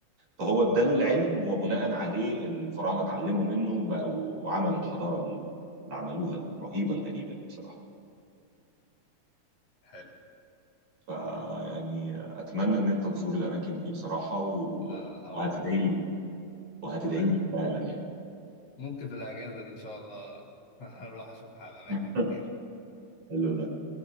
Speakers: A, on the right; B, on the left.
A: فهو اداله العلم وبناء عليه الفراعنه اتعلموا منه وبقوا وعملوا الحضاره اللي عملوها الرهيبه الغريبه دي بصراحه
B: حلو
A: فيعني اتمنى ان انت تزور الاماكن دي بصراحه و...
B: لا لا
A: وهتدعي
B: أوعدك أبدا
A: لي وهتدعي
B: أوعدك
A: لي فعلا يعني
B: ممكن في الأجازة دي إن شاء الله <laughs> هروح أشوف ح- أماكن
A: <laughs>
B: كتير
A: حلو ده